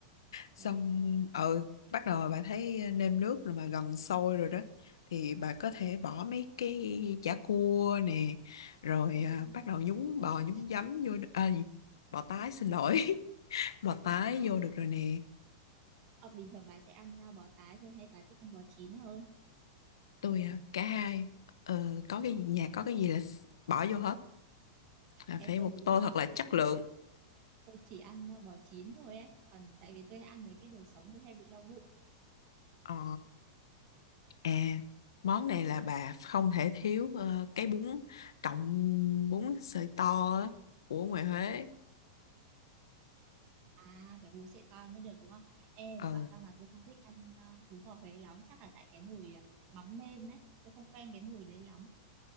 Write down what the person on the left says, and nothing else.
xong
ừ bắt đầu bà thấy nêm nước rồi mà gần sôi rồi đó thì bà có thể bỏ mấy cái chả cua nè rồi
à, bắt đầu nhúng bò nhúng giấm vô đ- à, gì? bò tái xin lỗi <laughs> bò tái
vô được rồi nè
tôi à, cả hai ờ, có cái gì nhà có cái gì là s- bỏ vô hết là
phải
một
tô
thật
là chất lượng
ờ à món này là bà không thể thiếu ờ, cái bún cọng bún sợi to á, của ngoài Huế
Ờ